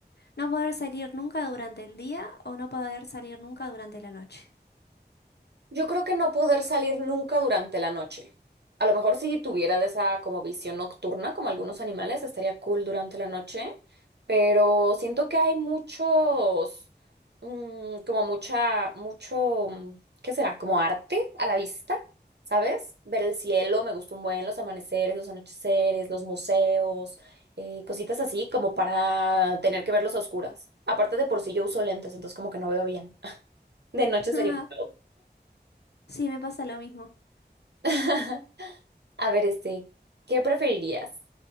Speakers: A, on the left; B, on the right.
A: ¿No poder salir nunca durante el día o no poder salir nunca durante la noche?
B: Yo creo que no poder salir nunca durante la noche. A lo mejor si tuviera de esa como visión nocturna, como algunos animales, estaría cool durante la noche, pero siento que hay muchos, mm, como mucha, mucho, mm, ¿qué será? Como arte a la vista, ¿sabes? Ver el cielo, me gusta un buen, los amaneceres, los anocheceres, los museos, eh, cositas así como para tener que verlos a oscuras. Aparte de por sí yo uso lentes, entonces como que no veo bien. <laughs> De noche
A: <laughs>
B: sería... un pedo.
A: Sí, me pasa lo mismo.
B: <laughs> A ver, este, ¿qué preferirías?